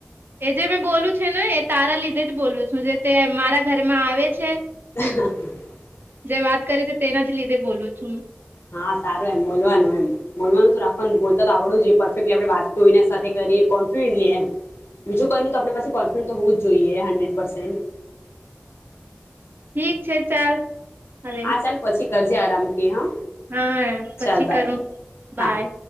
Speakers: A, on the right; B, on the left.
A: એ જે મેં બોલું છે ને એ તારા લીધે જ બોલું છું જે તે મારા ઘરમાં આવે છે
B: <unintelligible>
A: જે વાત કરી છે તેના જ લીધે બોલું છું, હું
B: હા, સારું એમ બોલવાનું એમ બોલવાનું તો રાખવાનું, બોલતા તો આવડુંજ જોઈએ પરફેક્ટલી આપણે વાત કોઈના સાથે કરીએ કોન્ફિડન્ટલી એમ બીજુ કંઈ ની તો આપ પાસે કોન્ફિડન્ટ તો હોવું જ જોઈએ હંડ્રેડ પર્સેન્ટ
A: ઠીક છે, ચાલ હવે
B: હા, ચાલ પછી કરજે આરામ થી હા.
A: હા, યાર પછી
B: ચાલ બાય
A: કરું બાય.
B: હા